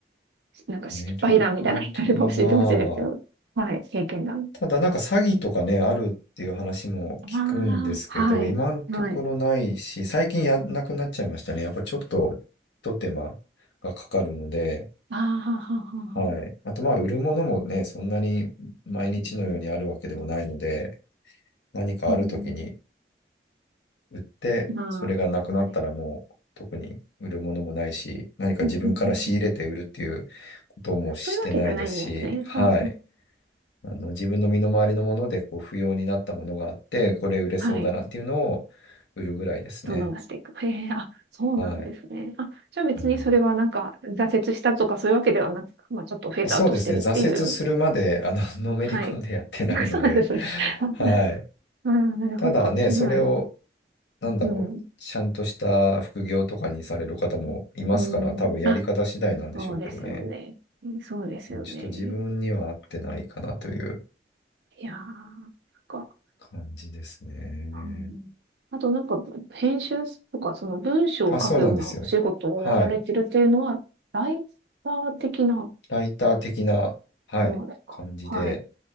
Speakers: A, on the right (about 75°); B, on the left (about 80°).
A: なんか失敗談みたいなのがあれば教えてほしいんですけど。
B: メルカリは、
A: はい、経験談。
B: ただなんか詐欺とかね、あるっていう話も聞くんですけど、
A: ああ、はい、
B: 今のところないし、
A: はい。
B: 最近やんなくなっちゃいましたね。やっぱちょっと、ひと手間がかかるので、
A: ああ、ははははは。
B: はい。あとまあ、売るものもね、そんなに毎日のようにあるわけでもないので、
A: うん、うん、
B: 何かある時に
A: うん
B: 売って、
A: うんまあ、
B: それがなくなったらもう特に売るものもないし、
A: はい。
B: 何か自分から仕入れて売るっていうこともしてないですし、
A: うんうんうんうんそういうわけじゃないんですね。
B: はい。
A: は
B: あの、自分の身の回りのものでこう不要になったものがあって、これ売れそうだなっていうのを売るぐらいですね。
A: はい。どんどん出していく。へえ、あ、そうなんですね。
B: はい。
A: あ、じゃあ別にそれはなんか挫折したとかそういうわけではなく、
B: うん、
A: まあちょっとフェードアウトしてるっていう。
B: そうですね。挫折するまで、あの、のめり込んでやってないので、
A: はい。<laughs> そうなんですね。
B: <laughs>
A: <laughs>
B: はい。
A: うん、なるほど。
B: ただね、
A: うん、
B: それをなんだろう、
A: うん、
B: ちゃんとした副業とかにされる方もいますから、
A: うん。
B: 多分やり方次第なんでしょうけどね。
A: あ、そうですよね。そうですよね。
B: うんちょっと自分には合ってないかなという
A: いやー、そっか。
B: 感じですね。
A: うん、あとなんか、編集とか、その文章を書くようなお仕事をやられてるっていうのは、
B: あ、そうなんですよ。はい。
A: ライター的な
B: ライター的な、はい、
A: そうですか。
B: 感じで
A: はい。